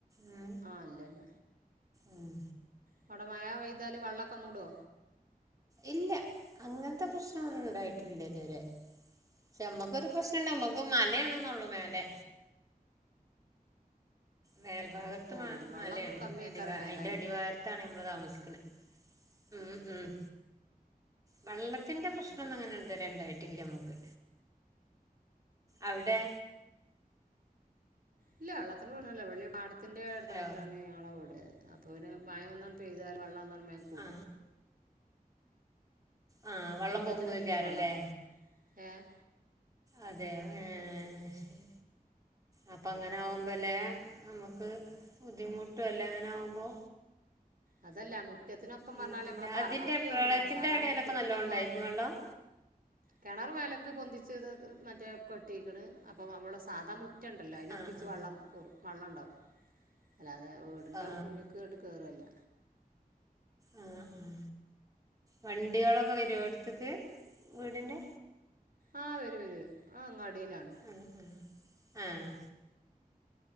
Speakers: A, on the right; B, on the right.
A: ഉം
B: ആഹ് അല്ല അല്ല
A: ഉം
B: അവടെ മഴ പെയ്താല് വെള്ളൊക്കെ മൂടോ
A: ഇല്ല അങ്ങനത്തെ പ്രശ്നെന്നുണ്ടായിട്ടില്ല തുവരെ പക്ഷെ നമ്മക്കൊരു പ്രശ്നണ്ട് നമുക്ക് മലേണന്നള്ളൂ മേലേ മേൽഭാഗത്ത്
B: ഓ വെള്ളം
A: മലയാണ്
B: കമ്മിയേക്കാരം
A: അടിവ
B: വേനലായാലല്ലേ
A: അതിന്റെ അടിവാരത്താണ് നമ്മള് താമസിക്കുന്നത് ഉം ഉം വള്ള ത്തിന്റെ പ്രശ്നന്നും
B: ഉം
A: അങ്ങനെ ഇതുവരണ്ടായിട്ടില്ല നമക്ക് അവിടെ
B: ഇല്ല വെള്ളത്തിന്റെ പ്രശ്നമല്ല വെള്ളി പാടത്തിന്റെ അടുത്തായിട്ടാണ്
A: ഹലോ
B: ഞങ്ങള വീട് അപ്പോൾ പിന്നെ മഴ നല്ലോണം പെയ്താൽ വെള്ളം നന്നായി കൂടും
A: ആ ആ വെള്ളം
B: മുറ്റത്തിന
A: പൊങ്ങുവയ്ക്കാരല്ലേ
B: ഒപ്പിച്ച് വെള്ളണ്ടാവും ഏഹ്
A: അതെയൊ ഏഹ് ശരി അപ്പ അങ്ങനെ ആഉമ്പോ ല്ലേ നമ്മുക്ക് ബുദ്ധിമുട്ടും അല്ലേ അങ്ങനെ ആഉമ്പോ
B: അതല്ല മു റ്റത്തിനൊപ്പം
A: വെള്ളത്തിൻ്റെ
B: പറഞ്ഞാല് നമ്മളെ തറമക്ക്
A: അതിൻ്റെ
B: കേയറൂലാ
A: പ്രളയത്തിൻ്റെ
B: സാധാ
A: ഇടയിലൊക്കെ
B: മുറ്റത്തിന്റെപ്പ
A: നല്ലോണം ഉണ്ടായിരുന്നു വെള്ളം
B: കിണർ മേലക്ക് പൊന്തിച്ച് മറ്റേ കൊട്ടിക്ണ് അപ്പൊ നമ്മടെ സാദാ മു റ്റണ്ടല്ലോ അയ്നൊപ്പിച്ച്
A: ആ ആ
B: വള്ളം കേറും വള്ളംണ്ടാവും അല്ലാതെ വീടിന്റെ
A: ആ
B: മുന്നിൽക്ക് ഇങ്ങട്ട് കേറല്ല
A: ആഹ് ആഹ് വണ്ടികളൊക്കെ വരോ എടുത്ക്ക് വീടിന്റെ
B: ആഹ് വരും വരും അഹ് അങ്ങടിയിലാണ്
A: ഉം ഉം ഏഹ്